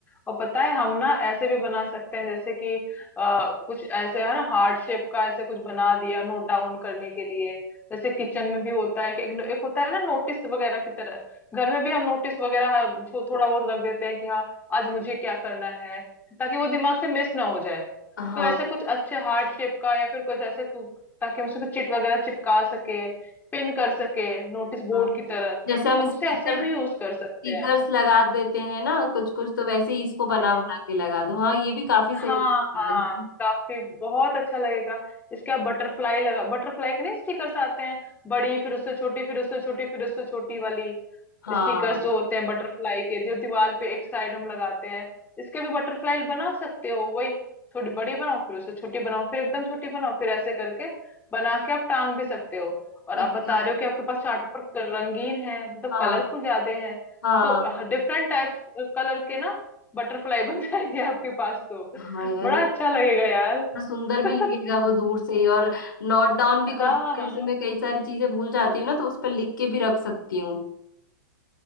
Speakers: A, on the left (about 15°); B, on the left (about 80°).
A: और पता है हम ना ऐसे भी बना सकते हैं जैसे कि आ, कुछ ऐसे है ना हार्ट शेप का ऐसे कुछ बना दिया नोट डाउन करने के लिए जैसे किचन में भी होता है कि एक, एक होता है ना नोटिस वगैरह की तरह घर में भी हम नोटिस वगैरह हर- थो, थोड़ा बहुत रख देते हैं कि हाँ आज मुझे क्या करना है ताकि वो दिमाग से मिस ना हो जाए
B: हाँ
A: तो ऐसे कुछ अच्छे हार्ट शेप का या फिर कुछ ऐसे कु- ताकि हम उसको चिट वगैरह चिपका सके पिन कर सके नोटिस बोर्ड
B: हाँ
A: की तरह
B: जैसे हम
A: हम उसे
B: स्टिकर
A: ऐसे भी यूज कर सकते
B: स्टिकर्स
A: हैं
B: लगा देते हैं ना कुछ कुछ तो वैसे ही इसको बना
A: हाँ
B: बना के लगा दूं हाँ ये भी काफी सही
A: हाँ
B: लगेगा।
A: हाँ काफी बहुत अच्छा लगेगा इसके आप बटरफ्लाई लगा बटरफ्लाई के नहीं स्टिकर्स आते हैं बड़ी फिर उससे छोटी फिर उससे छोटी फिर उससे छोटी वाली
B: हाँ
A: स्टिकर्स जो होते हैं बटरफ्लाई के जो दीवार पे एक साइड हम लगाते हैं इसके भी बटरफ्लाई बना सकते हो वही थोड़ी बड़ी बनाओ फिर उससे छोटी बनाओ फिर एकदम छोटी बनाओ फिर ऐसे करके बना के आप टांग भी सकते हो और
B: ये
A: आप
B: तो
A: बता
B: काफी-
A: रहे हो कि आपके पास चार्ट पेपर क- रंगीन है मतलब
B: हाँ
A: कलरफुल ज्यादा है
B: हाँ
A: तो डिफरेंट टाइप्स कलर के ना बटरफ्लाई <laughs> बन जाएंगे आपके पास तो
B: हाँ यार
A: बड़ा अच्छा लगेगा यार
B: इतना सुंदर
A: <laughs>
B: भी लगेगा वो दूर से ही और नोट डाउन भी कर
A: हाँ
B: सकते
A: हाँ
B: हैं। जैसे मैं कई सारी चीजें भूल जाती हूँ ना तो उस पर लिख के भी रख सकती हूँ